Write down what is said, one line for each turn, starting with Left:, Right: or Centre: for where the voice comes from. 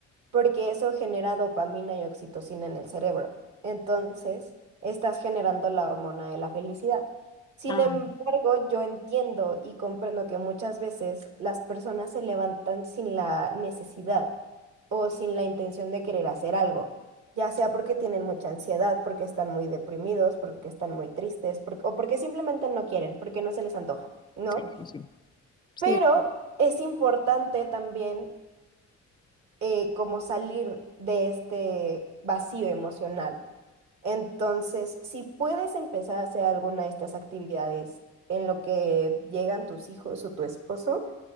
Right: porque eso genera dopamina y oxitocina en el cerebro. Entonces, estás generando la hormona de la felicidad. Sin
Left: Ah,
Right: embargo, yo entiendo y comprendo que muchas veces las personas se levantan sin la necesidad o sin la intención de querer hacer algo, ya sea porque tienen mucha ansiedad, porque están muy deprimidos, porque están muy tristes, por- o porque simplemente no quieren, porque no se les antoja, ¿no?
Left: sí, sí, sí. Sí.
Right: Pero es importante también eh, como salir de este vacío emocional. Entonces, si puedes empezar a hacer alguna de estas actividades en lo que llegan tus hijos o tu esposo,